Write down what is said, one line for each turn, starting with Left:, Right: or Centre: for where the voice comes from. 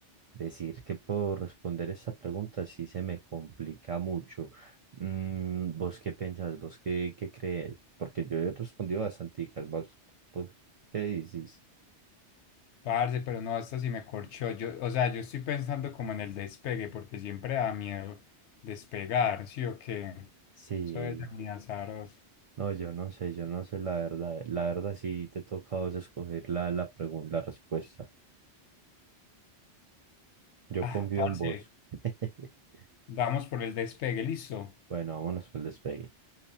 Right: decir que puedo responder esa pregunta sí se me complica mucho. Mm, ¿vos qué pensás? ¿Vos qué, qué crees? Porque yo he respondido bastante, ¿vos, vos qué dices?
Left: Parce, pero no, hasta si me corchó. Yo, o sea, yo estoy pensando como en el despegue, porque siempre da miedo despegar, ¿sí o qué?
Right: Sí,
Left: Eso es muy azaroso.
Right: no, yo no sé, yo no sé la verdad. La verdad sí te toca a vos escoger la, la pregun- la respuesta. Yo
Left: Ah,
Right: confío
Left: parce,
Right: en vos. <laughs>
Left: vamos por el despegue, listo.
Right: Bueno, vámonos por el despegue.